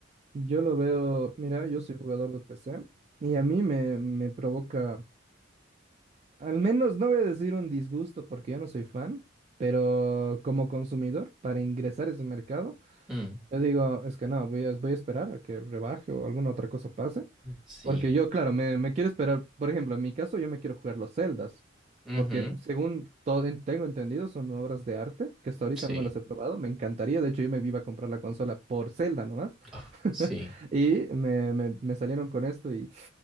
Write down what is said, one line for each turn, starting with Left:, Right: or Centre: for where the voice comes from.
Right: Yo lo veo, mira, yo soy jugador de PC y a mí me, me provoca, al menos no voy a decir un disgusto porque yo no soy fan, pero como consumidor, para ingresar a ese mercado,
Centre: Mm,
Right: Yo digo, es que no, voy a, voy a esperar a que rebaje o alguna otra cosa pase.
Centre: sí.
Right: Porque yo, claro, me, me quiero esperar. Por ejemplo, en mi caso, yo me quiero jugar los celdas Porque
Centre: Ujú,
Right: según todo en- tengo entendido, son obras de arte que hasta ahorita
Centre: Sí.
Right: no me las he probado. Me encantaría. De hecho, yo me iba a comprar la consola por Zelda nomás.
Centre: Ah,
Right: <laughs>
Centre: sí.
Right: Y me, me, me salieron con esto y.